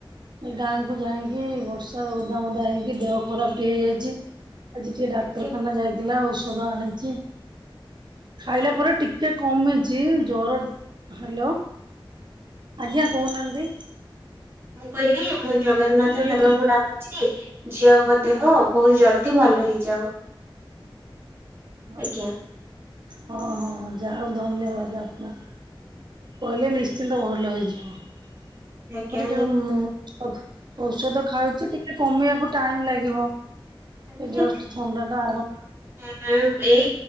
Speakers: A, on the right; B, on the right.
A: ଏ ଗାଁ କୁ ଯାଇକି ବର୍ଷାରେ ଓଦା ମଦା ହେଇକି ଦେହ ଖରାପ ଟିକେ ହେଇଯାଇଛି। ଆଜି ଟିକେ ଡାକ୍ତରଖାନା
B: ଏ
A: ଯାଇଥିଲା ଔଷଧ ଆଣିଚି। ଖାଇଲା
B: ଭଲ,
A: ପରେ ଟିକେ କମିଛି। ଜର ହ୍ୟାଲୋ ଆଜ୍ଞା କହୁନାହାନ୍ତି।
B: ମୁଁ କହିଲି ମୁଁ ଜଗନ୍ନାଥ
A: ମୁଁ କହିଲି
B: ଠାକୁରଙ୍କୁ
A: ଟି
B: ଡାକୁଚି ଝିଅଙ୍କ ଦେହ ବହୁତ ଜଲଦି ଭଲ ହେଇଯାଉ।
A: ହଁ
B: ଆଜ୍ଞା
A: ହଁ ହଁ ହଁ ଯାହାଉ ଧନ୍ୟବାଦ। ଆପଣ କହିଲେ ନିଶ୍ଚିନ୍ତ ଭଲ ହେଇଯିବ।
B: ଆଜ୍ଞା
A: ତାପରେ ଯୋଉ ଔଷଧ ଖାଉଚି ଟିକେ କମେଇବାକୁ ଟାଇମ ଲାଗିବ।
B: ନିଶ୍ଚୟ।
A: ଏ ଯଷ୍ଟ ଥଣ୍ଡା ଟା ଆର
B: ନିହାତି। ଏଇ